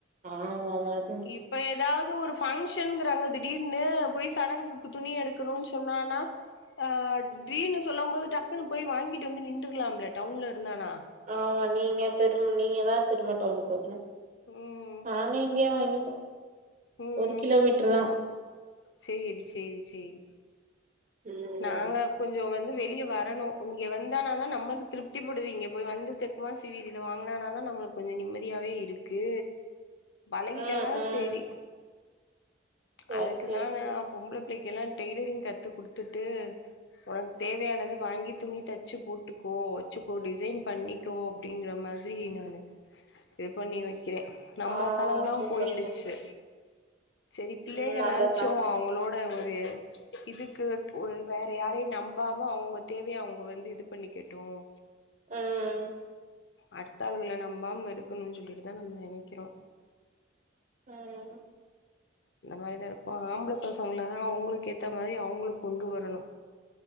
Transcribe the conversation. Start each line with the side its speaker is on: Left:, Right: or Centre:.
Right: ஆமா அவர்
Left: இப்ப ஏதாவது ஒரு பங்ஷன்ங்கிறாங்க திடீர்னு போயி சடங்குக்கு துணி எடுக்கணும்னு சொன்னானா ஆ ட்ரீனு சொல்லம் போது டக்குன்னு போயி வாங்கிட்டு வந்து நின்றுலாம்ல்ல டவுன்ல இருந்தானா
Right: ஆமா நீங்க திரும் நீங்க தா திரும்ப டவுனுக்கு வரணு
Left: ம்
Right: நாங்க இங்கயே வாங்கிப்போ
Left: ம்
Right: ஒரு கிலோமீட்ரு தா
Left: சேரி சேரி சேரி
Right: ம்
Left: நாங்க கொஞ்சோ வந்து வெளிய வரணும் இங்க வந்தானாதா நம்மளுக்கு திருப்திப்படுது இங்க போயி வந்து தெக் அமாசி வீதில வாங்கினானா தா நம்மளுக்கு கொஞ்சோ நிம்மதியாவே இருக்கு பழகிட்டனா
Right: ம் ம்
Left: சேரி
Right: சேரி
Left: அதுக்குதாங்க
Right: சேரி சேரி
Left: பொம்பள பிள்ளக்கெல்லா டெய்லரிங் கத்து குடுத்துட்டு உனக்கு தேவையானது வாங்கி துணி தெச்சி போட்டுக்கோ வச்சிக்கோ டிசைன் பண்ணி க்கோ அப்படிங்கிற மாதிரி நானு இது பண்ணி வைக்கிறே நம்ம
Right: ஆ
Left: காலந்தா
Right: சூப்பர்
Left: போயிடுச்சு
Right: சூப்பர்
Left: சேரி பிள்ளைகள்
Right: ம் நல்லதுதா
Left: ஆச்சும் அவங்களோட ஒரு இதுக்குட் ஓ வேற யாரையு நம்பாம அவங்க தேவைய அவங்க வந்து இது பண்ணிக்கட்டும்
Right: ம்
Left: அடுத்த ஆள்கள நம்பாம இருக்கணும்னு சொல்லிட்டுதா நம்ப நெனக்கிறோ
Right: ம்
Left: இந்த மாதிரிதா இப்ப ஆம்பள பசங்கள அவங்களுக்கு ஏத்த மாறி அவங்களுக்கு கொண்டு வரணும்